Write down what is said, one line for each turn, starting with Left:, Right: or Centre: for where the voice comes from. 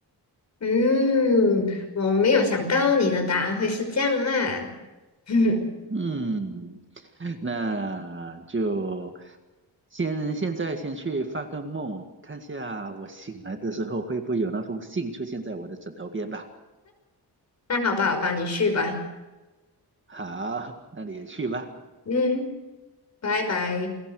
Left: 嗯，我没有想到你的答案会是这样啦。<laughs>
Right: 嗯，那就先现在先去发个梦，看下我醒来的时候会不会有那封信出现在我的枕头边吧。
Left: 那好吧，好吧，你去吧。
Right: 好，那你也去吧。
Left: 嗯，拜拜。